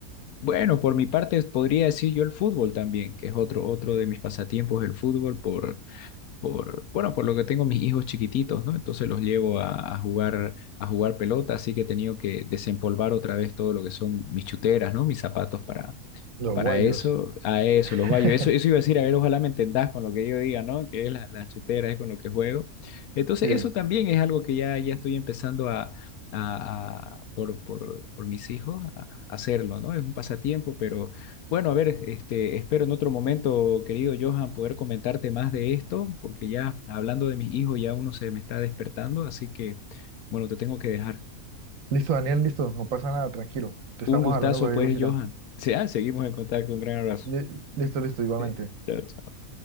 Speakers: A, on the left; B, on the right.
A: Bueno, por mi parte podría decir yo el fútbol también, que es otro, otro de mis pasatiempos, el fútbol, por, por, bueno, por lo que tengo mis hijos chiquititos, ¿no? Entonces los llevo a, a jugar, a jugar pelota, así que he tenido que desempolvar otra vez todo lo que son mis chuteras, ¿no? Mis zapatos para,
B: Los
A: Para
B: guayos.
A: eso, a eso,
B: <laughs>
A: los gallos. Eso, eso iba a decir, a ver, ojalá me entendás con lo que yo diga, ¿no? Que es la, la chutera, es con lo que juego. Entonces,
B: Sí.
A: eso también es algo que ya, ya estoy empezando a, a- a- por, por, por mis hijos, a a hacerlo, ¿no? Es un pasatiempo, pero bueno, a ver, este, espero en otro momento, querido Johan, poder comentarte más de esto, porque ya hablando de mis hijos, ya uno se me está despertando, así que, bueno, te tengo que dejar.
B: Listo, Daniel, listo, no pasa nada, tranquilo. Te
A: Un
B: estamos
A: gustazo,
B: hablando cualquier
A: pues,
B: cosita.
A: Johan. Sí, ah, seguimos en contacto, un gran abrazo.
B: Li- listo, listo, igualmente.
A: <laughs> Chao. chao.